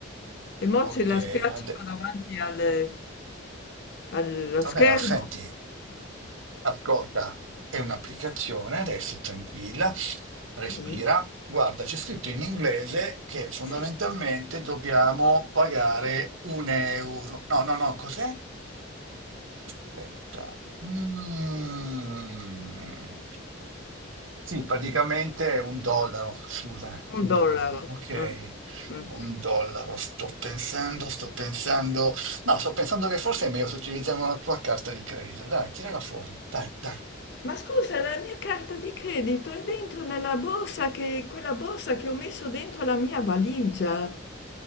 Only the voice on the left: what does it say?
E mo ce
la spiaccico
davanti al- allo
schermo.
Sì.
Sì,
un
dollaro.
Mm, mm.
Ma scusa, la mia carta di credito è dentro nella borsa che, quella borsa che ho messo dentro la mia valigia.